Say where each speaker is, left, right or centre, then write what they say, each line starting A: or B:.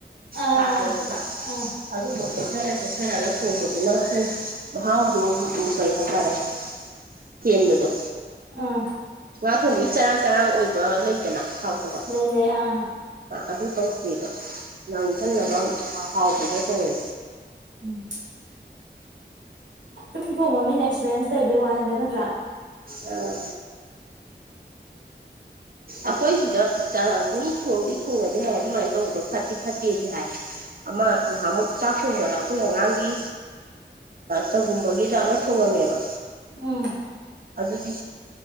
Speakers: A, on the right; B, on the right.
A: ꯑꯥ
B: ꯄꯥꯠꯇꯗꯕ
A: ꯑꯥ
B: ꯑꯗꯨꯒ ꯊꯔ ꯆꯦꯊꯔꯒ ꯊꯣꯡꯕꯗꯨꯅ ꯑꯩꯈꯣꯏ ꯃꯍꯥꯎꯗꯣ ꯀꯔꯤ ꯍꯥꯏꯇꯥꯔꯦ ꯆꯦꯟꯕꯗꯣ
A: ꯑꯥ
B: ꯋꯥ ꯊꯣꯡꯕꯒꯤ ꯆꯔꯥꯡ ꯆꯔꯥꯡ ꯑꯣꯏꯕ ꯂꯩꯗꯅ ꯍꯥꯎꯇꯕ
A: ꯂꯩ ꯂꯩ ꯑꯥ
B: ꯑꯗꯨ ꯇꯧꯗꯦꯕ ꯂꯥꯡꯁꯤꯜꯂꯒ
A: ꯎꯝ
B: ꯍꯥꯎꯕꯁꯦ ꯍ
A: ꯎꯝ ꯁꯨꯝ ꯊꯣꯡꯕ ꯃꯤꯅ ꯑꯦꯛꯁꯄꯤꯔꯟꯁ ꯂꯩꯕꯒꯤ ꯋꯥꯅꯤꯗ ꯅꯠꯇ꯭ꯔꯥ
B: ꯑꯥ ꯑꯩꯈꯣꯏ ꯁꯤꯗ ꯆꯅꯤ ꯊꯣꯡꯗꯤ ꯊꯣꯡꯅꯗꯤ ꯍꯥꯏ ꯑꯗꯨꯃꯥꯏꯅ ꯇꯧꯕꯗꯣ ꯐꯠꯇꯤ ꯐꯠꯇꯦꯗꯤ ꯍꯥꯏ ꯑꯃ ꯅꯍꯥꯟꯃꯨꯛ ꯆꯥꯛ ꯊꯣꯡꯕꯗ ꯑꯩꯈꯣꯏ ꯑꯉꯥꯡꯒꯤ ꯁꯒꯨꯝꯕꯒꯤꯗ ꯑꯃ ꯊꯣꯡꯉꯝꯃꯦꯕ
A: ꯎꯝ
B: ꯑꯗꯨꯗꯤ